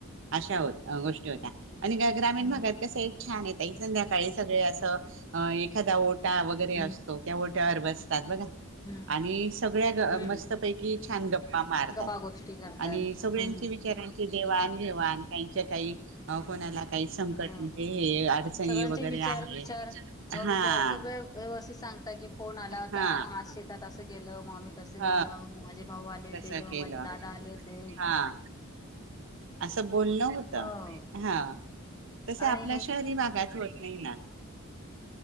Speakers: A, on the right; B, on the left.
A: अशा हो गोष्टी होत्या आणि ग्रामीण
B: हम्म
A: भागात कस आहे. छान येत संध्याकाळी सगळे असं अ एखादा ओटा वगैरे असतो
B: हम्म
A: त्या ओट्यावर बसतो.
B: हम्म
A: आणि सगळ्या ग
B: हम्म
A: मस्तपैकी छान गप्पा मारतात.
B: गप्पा गोष्टी करतात
A: आणि सगळ्यांची
B: हम्म
A: विचारांची देवाण घेवाण काहीच्या काही कोणाला काही संकट
B: हम्म
A: म्हणजे हे अडचणी
B: सगळ्यांचे
A: वगैरे
B: विचार
A: आहे,
B: विचार अ
A: हा.
B: विचार सगळे व्यवस्थित सांगता की फोन आला होता,
A: हा
B: मग शेतात असं केल. म म तसं
A: ह
B: गेलं माझे भाऊ आले
A: तसं
B: ते, म
A: केलं
B: माझे दादा आले हो ते,
A: हा असं बोलणं होत,
B: हो
A: हा. तसे आपल्या
B: आणि
A: शहरी भागात होत नाही ना?